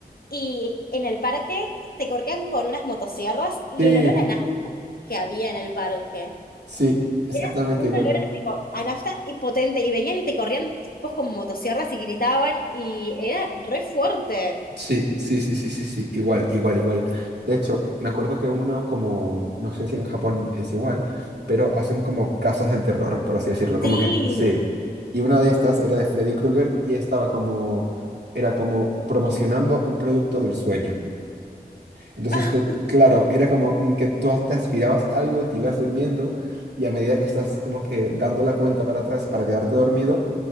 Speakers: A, on the left; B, on the right.
A: Y en el parque te corrían con unas motosierras y
B: Sí,
A: el olor a nafta que había en el parque.
B: sí,
A: Era
B: exactamente
A: un
B: igual.
A: olor a, tipo, a nafta y potente, y venían y te corrían tipos con motosierras y gritaban, y era re fuerte.
B: Sí, sí, sí, sí, sí, sí, igual, igual, igual. De hecho, me acuerdo que uno como, no sé si en Japón es igual, pero hacen como casas del terror, por así decirlo, como
A: Sí.
B: que sí. Y una de estas era de Freddy Krueger y estaba como, era como promocionando un producto del sueño. Entonces,
A: Ah,
B: cl- claro, era como un que tú te aspirabas algo, te ibas durmiendo y a medida que estás como que dando la cuenta para atrás para quedarte dormido,